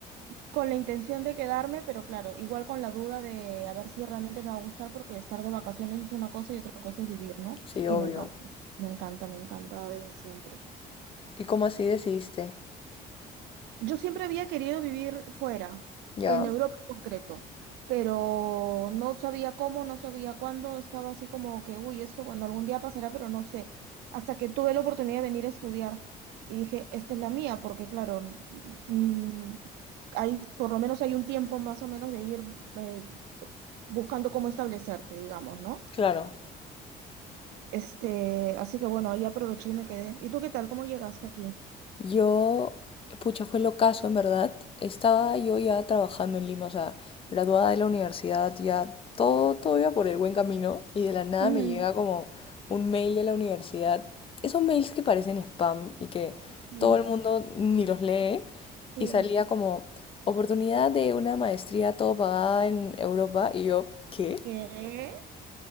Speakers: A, on the right; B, on the left.
A: con la intención de quedarme, pero claro, igual con la duda de a ver si realmente me va a gustar, porque estar de vacaciones es una cosa y otra cosa es vivir, ¿no?
B: sí,
A: Y
B: obvio.
A: me encanta, me encanta, me encanta desde siempre.
B: ¿Y cómo así decidiste?
A: Yo siempre había querido vivir fuera,
B: Ya,
A: en Europa en concreto, pero no sabía cómo, no sabía cuándo, estaba así como que, uy, esto, bueno, algún día pasará, pero no sé. Hasta que tuve la oportunidad de venir a estudiar y dije, esta es la mía, porque claro, mm, hay, por lo menos hay un tiempo más o menos de ir eh, buscando cómo establecerte, digamos, ¿no?
B: claro.
A: Este, así que bueno, ahí aproveché y me quedé. ¿Y tú qué tal? ¿Cómo llegaste aquí?
B: Yo, pucha, fue el ocaso, en verdad. Estaba yo ya trabajando en Lima, o sea, graduada de la universidad, ya todo, todo iba por el buen camino y de la nada
A: Ujú.
B: me llega como un mail de la universidad. Esos mails que parecen spam y que
A: Sí,
B: todo el mundo ni los lee
A: sí.
B: y salía como oportunidad de una maestría todo pagada en Europa y yo, ¿qué?
A: ¿Qué?